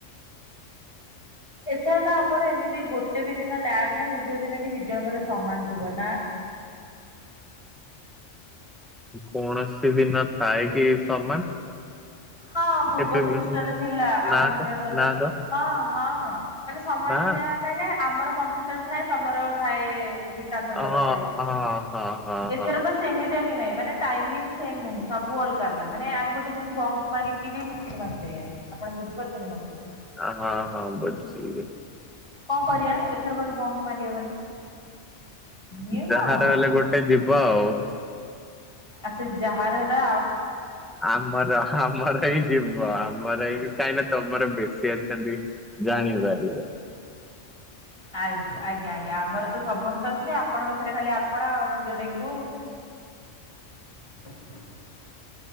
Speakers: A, on the left; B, in the centre.
A: ଏଥର ତ ଆମର ଏମିତି ଗୋଟେ ବି ଦିନ ଲ୍ୟାବ ନାହିଁ ଯୋଉ ଦିନ କି ଦି ଜଣଙ୍କର ସମାନ ଥିବ ନା।
B: କୌଣସି ଦିନ ଥାଏ କି ସମାନ
A: ହଁ
B: କେବେ
A: ପୂର୍ବ
B: ନା
A: ସେମିଷ୍ଟାରରେ ଥିଲା ଆମ ଦୁ
B: ତ
A: ଜଣଙ୍କର
B: ନା
A: ମାନେ
B: ତ
A: ହଁ ହଁ। ମାନେ ସମାନ
B: ନା
A: ଥିବା ମାନେ ଆମର କମ୍ପ୍ୟୁଟର ଥାଏ ତମର ଥାଏ ବି ସାର
B: ହଁ
A: ଙ୍କ ପାଖରେ
B: ହଁ ହଁ ହଁ
A: ଏଥର
B: ହଁ।
A: ତ ସେମିତିଆ ବି ନାହିଁ ମାନେ ଟାଇମଙ୍ଗ ସେମ ନାହିଁ ସବୁ ଅଲଗା ଅଲଗା ମାନେ ଆମେ ଗୋଟେ ଦିନ ବନ୍ଦ ମାରିକି ବି ମିଶିକି ମାରିପାରିବନି ଆପଣ ବୁଝି ପାରୁଥଛନ୍ତି ମୋ କଥା।
B: ହଁ ହଁ <unintelligible>
A: କଣ କରିବା ଏଥର କ ତ ବଙ୍ଗୁ ମାରିହବନି ଇଏ କଣ
B: ଯାହାର ହେଲେ ଗୋଟେ ଯିବ ଆଉ
A: ଆ ସେ ଯାହାରଏଟା
B: ଆମର ଆମର ଏଇ ଯିବ ଆମର ଏଇ କାହିଁକି ନା ତମର ବେଶୀ ଅଛନ୍ତି। ଜାଣିପାରିବେ
A: ଆ ଆଜ୍ଞା ଆଜ୍ଞା ଆମର ତ ସମସ୍ତେ ଅଛନ୍ତି ଆପଣଙ୍କ ଏଥରେ ଖାଲି ଆପଣ ଆ ସେ ଯୋଉ ଡେଙ୍ଗୁ। <inaudible>